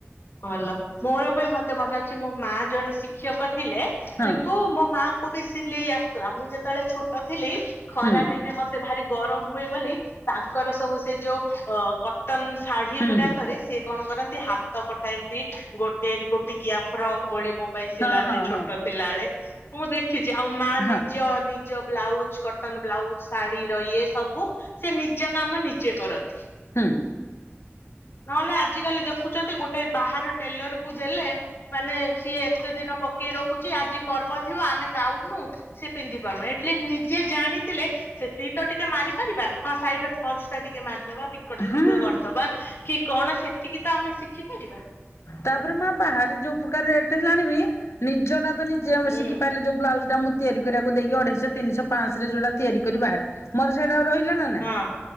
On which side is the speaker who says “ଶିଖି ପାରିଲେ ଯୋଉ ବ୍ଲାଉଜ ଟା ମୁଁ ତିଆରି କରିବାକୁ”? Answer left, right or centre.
Left